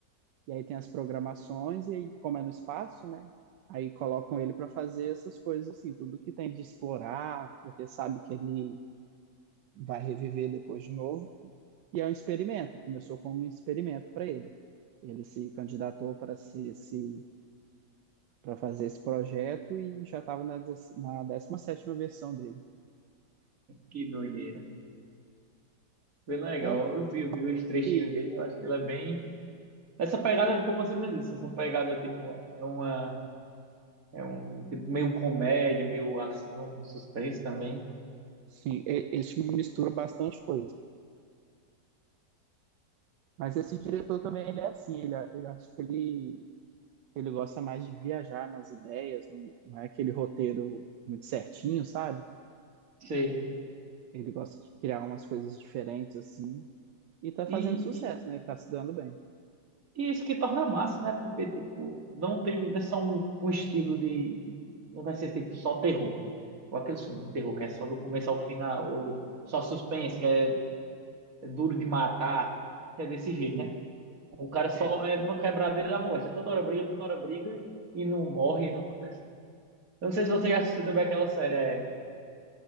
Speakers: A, on the right (about 80°); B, on the right (about 50°).
A: E aí tem as programações, e aí, como é no espaço, né? Aí colocam ele para fazer essas coisas, assim, tudo que tem de explorar, porque sabe que ele vai reviver depois de novo. E é um experimento, começou como um experimento para ele. Ele se candidatou para se, se para fazer esse projeto e já estava na, na 17ª versão dele.
B: que doideira. Bem legal.
A: É,
B: Eu vi, vi os trechinhos
A: e,
B: dele, eu acho que ele é bem. Essa pegada do como você mesmo disse, essa pegada tipo, é uma. É um tipo meio comédia, meio ação, suspense também.
A: sim, esse filme mistura bastante coisa. Mas esse diretor também, ele é assim, ele, é, ele acho que ele ele gosta mais de viajar nas ideias, não, não é aquele roteiro muito certinho, sabe?
B: Sei.
A: Ele gosta de criar umas coisas diferentes assim e tá fazendo
B: E,
A: sucesso,
B: e,
A: né? Tá se dando bem.
B: e isso que torna massa, né? Porque, tipo, não tem. Não é só um, um estilo de. Não vai ser tipo só terror. Ou aquele filme de terror que é só do começo ao final, ou só suspense, que é, é duro de matar, que é desse jeito.
A: Sim.
B: né? O cara só
A: É,
B: é uma quebradeira da moléstia. Toda hora briga, toda hora briga e não morre não acontece nada. Eu não sei se você já assistiu também aquela série, é